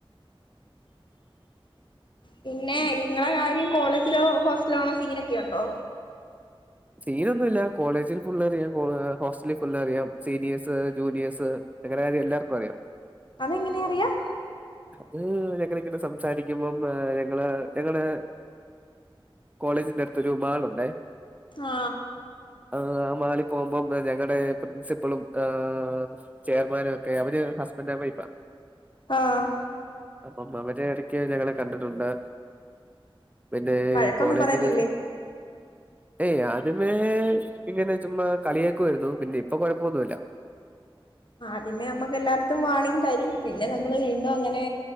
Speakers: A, on the left; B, on the right.
A: പിന്നെ
B: ഉം.
A: ഇങ്ങളെ കാര്യം കോളേജിലോ ഹോസ്റ്റലോ ആണോ സീന് ഒക്കെ ഉണ്ടോ
B: സീനൊന്നുമില്ല കോളേജിൽ ഫുളറിയാം ഹോസ്റ്റലിൽ ഫുള് അറിയാം സീനിയേഴസ് ജൂനിയേഴ്സ് ഞങ്ങടെ കാര്യം എല്ലാർക്കും അറിയാം
A: അതെങ്ങനെ അറിയാം
B: അത് ഞങ്ങളി ങ്ങനെ സംസാരിക്കുമ്പം ഞങ്ങള് ഞങ്ങടെ കോളേജിന്റെ അടുത്തരു മാളുണ്ടേ
A: ആ
B: ആ ആ മാളി ൽ പോകുമ്പം ഞങ്ങടെ പ്രിൻസിപ്പളും ആ ചെയർമാനും ഒക്കെ അവര് ഹസ്ബൻഡാൻ വൈഫാ
A: ആഹ്
B: അപ്പം അവര് ഇടയ്ക്ക് ഞങ്ങളെ കണ്ടിട്ടുണ്ട് പിന്നെ
A: വഴക്കൊന്നും
B: കോളേജില്
A: പറയത്തില്ലേ
B: ഏയ് ആദ്യമേ ഇങ്ങനെ ചുമ്മാ കളിയാ ക്കുവാരുന്നു പിന്നെ ഇപ്പൊ കൊഴപ്പൊന്നൂല്ല
A: ആ പിന്നെ നമ്മുക്ക് എല്ലാർക്കും വാണ്ണിങ് തരും പിന്നെ നമ്മള് വീണ്ടും അങ്ങനെ